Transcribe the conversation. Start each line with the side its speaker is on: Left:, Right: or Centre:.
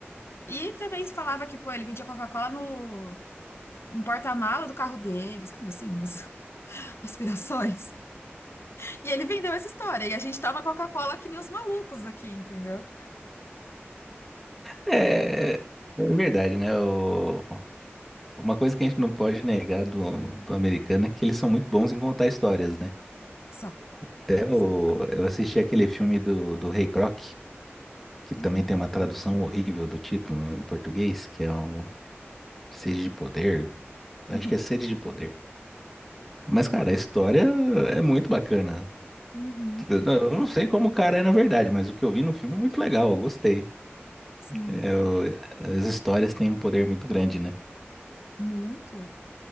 Left: E também falava que, pô, ele vendia Coca-Cola no, no porta-mala do carro dele, sabe assim, umas <laughs> aspirações. E ele vendeu essa história, e a gente toma Coca-Cola que nem os malucos aqui, entendeu?
Centre: É, é, é verdade, né? O- uma coisa que a gente não pode negar do, do americano é que eles são muito bons em contar histórias, né?
Left: São,
Centre: Até o-
Left: são.
Centre: eu assisti aquele filme do, do Rei Croc, que também
Left: Hum,
Centre: tem uma tradução horrível do título em português, que é o Sede de Poder.
Left: Uhum.
Centre: Acho que é Sede de Poder. Mas, cara, a história é muito bacana.
Left: Uhum.
Centre: Eu não eu não sei como o cara é na verdade, mas o que eu vi no filme é muito legal, eu gostei.
Left: Sim,
Centre: É, eu- as histórias têm um poder muito grande, né?
Left: muito.